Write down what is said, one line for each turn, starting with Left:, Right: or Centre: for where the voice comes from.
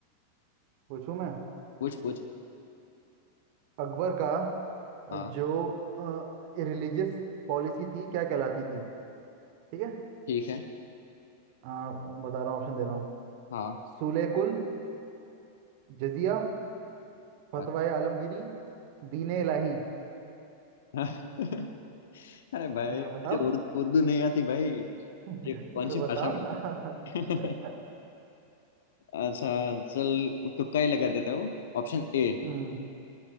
Right: पूछूं मैं
Left: पूछ पूछ
Right: अकबर का अ,
Left: हाँ
Right: जो रिलीजियस पॉलिसी थी क्या कहलाती थी ठीक है
Left: ठीक है
Right: आ, बता रहा हूँ ऑप्शन दे रहा हूँ
Left: हाँ
Right: सूले कुल जजिया फतवाए
Left: अच्छा।
Right: आलमगीरी दीने इलाही
Left: <laughs> अरे भाई
Right: आ,
Left: मुझे
Right: बताओ
Left: उर्दू उर्दू नहीं आती भाई
Right: <laughs>
Left: ये कौन
Right: तो
Left: सी
Right: बताओ
Left: भाषा में
Right: ना <laughs>
Left: <laughs> अच्छा चल तुक्का ही लगा देता हूँ ऑप्शन ए
Right: हम्म